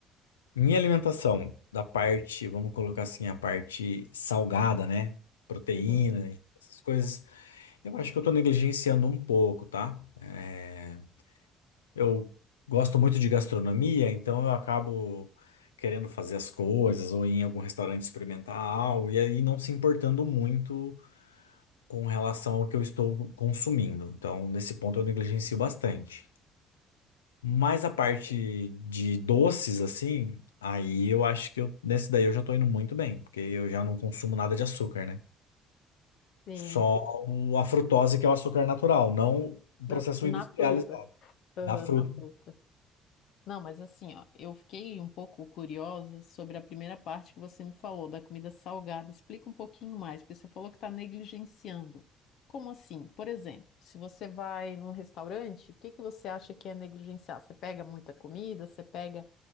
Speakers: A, on the left; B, on the left.
A: Minha alimentação, da parte, vamos colocar assim, a parte salgada, né? Proteína,
B: <laughs>
A: e essas coisas, eu acho que eu tô negligenciando um pouco, tá? É, eu gosto muito de gastronomia, então eu acabo querendo fazer as coisas ou ir em algum restaurante experimentar algo e aí não se importando muito. com relação ao que eu estou consumindo. Então, nesse ponto eu negligencio bastante. Mas a parte de doces,
B: Uhum.
A: assim, aí eu acho que eu, nesse daí eu já tô indo muito bem, porque eu já não consumo nada de açúcar, né?
B: Sim,
A: Só o- a frutose, que é o açúcar natural, não o
B: da-
A: processo
B: na
A: industrializado
B: fruta. Aham,
A: da fruta.
B: na fruta. Não, mas assim, ó, eu fiquei um pouco curiosa sobre a primeira parte que você me falou da comida salgada. Explica um pouquinho mais, porque você falou que está negligenciando. Como assim? Por exemplo, se você vai num restaurante, o que que você acha que é negligenciar? Você pega muita comida? Você pega